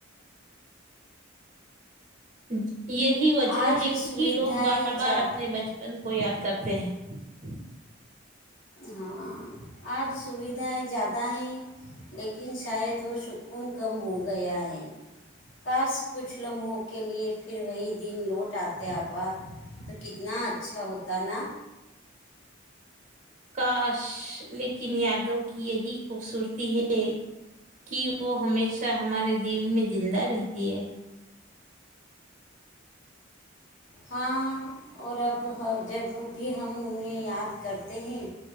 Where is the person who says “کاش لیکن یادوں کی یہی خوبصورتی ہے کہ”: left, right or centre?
Right